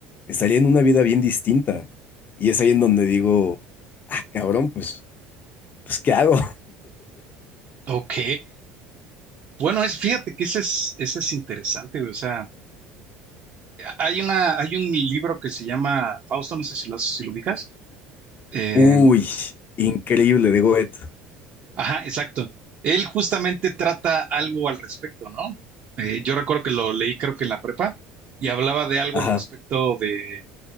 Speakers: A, on the left; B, on the right.
A: Estaría en una vida bien distinta. Y es ahí en donde digo, ah, cabrón, pues, pues, ¿qué hago?
B: Ok. Bueno, es, fíjate que ese es, ese es interesante, güey. O sea, hay una, hay un libro que se llama Fausto, no sé si lo, has- si lo ubicas. Em,
A: Uy, increíble de Goethe.
B: Ajá, exacto. Él justamente trata algo al respecto, ¿no? Eh, yo recuerdo que lo leí creo que en la prepa y hablaba de algo
A: Ajá,
B: al respecto de